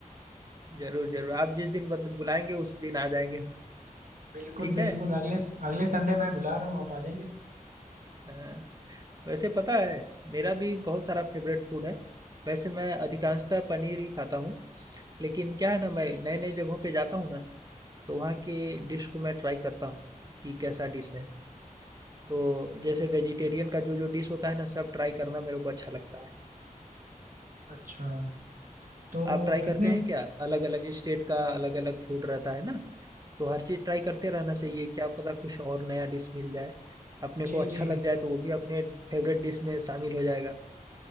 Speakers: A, on the right; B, on the right.
A: ज़रूर, ज़रूर। आप जिस दिन बत बुलाएँगे उस दिन आ जाएँगे हम,
B: बिल्कुल,
A: ठीक
B: बिल्कुल,
A: है?
B: अगले स अगले संडे मैं बुला रहा हूँ, आप आ जाइए।
A: हाँ, वैसे पता है मेरा भी बहुत सारा फ़ेवरेट फ़ूड है। वैसे मैं अधिकांशतः पनीर ही खाता हूँ, लेकिन क्या है ना मैं नए-नए जगहों पे जाता हूँ ना, तो वहाँ के डिश को मैं ट्राई करता हूँ, कि कैसा डिश है। तो जैसे वेजिटेरियन का जो जो डिश होता है ना सब ट्राई करना मेरे को अच्छा लगता है
B: अच्छा। तो
A: आप ट्राई करते
B: कितने
A: हैं क्या अलग अलग स्टेट का अलग अलग फूड रहता है ना तो हर चीज़ ट्राई करते रहना चाहिए क्या पता कुछ और नया डिश मिल जाए अपने
B: जी,
A: को
B: जी,
A: अच्छा लग जाए तो वो भी अपने फेवरेट डिश में शामिल हो जाएगा